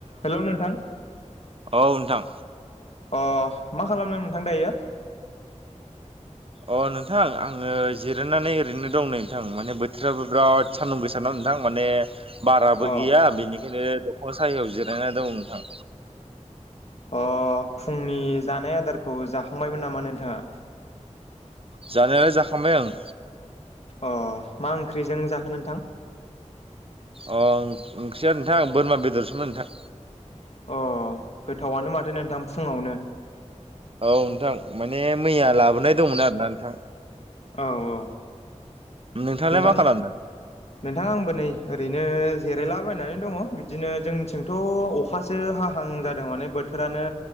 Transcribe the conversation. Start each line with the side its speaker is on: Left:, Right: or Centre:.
Left: हेल' नोंथां
Right: औ नोंथां
Left: अ मा खालामदों नोंथां दायो
Right: अ नोंथां आङो जिरायनानै ओरैनो दं नै नोंथां माने बोथोराबो बिराद सान्दुं गोसाना नोंथां माने बाराबो
Left: अ
Right: गैया बेनिखायनो दंफां सायायाव जिरायना दं नोंथां
Left: अ फुंनि जानाय आदारखौ जाखांबायमोन नामा नोंथाङा
Right: जानायालाय जाखांबाय ओं।
Left: अ मा ओंख्रिजों जाखो नोंथां।
Right: अ ओंख्रिया नोंथां बोरमा बेदरसोमोन नोंथां।
Left: अ गोथावानो माथो नोंथां फुङावनो।
Right: औ नोंथां माने मैया
Left: औ
Right: लाबोनाय दंमोन आरो ना नोंथां
Left: औ औ।
Right: नोंथाङालाय
Left: नोंथां
Right: मा खालामदों
Left: नोंथां आंबो नै ओरैनो जिरायला बायनानै दङ बिदिनो जोंनिथिंथ' अखासो हाहां जादों माने बोथोरानो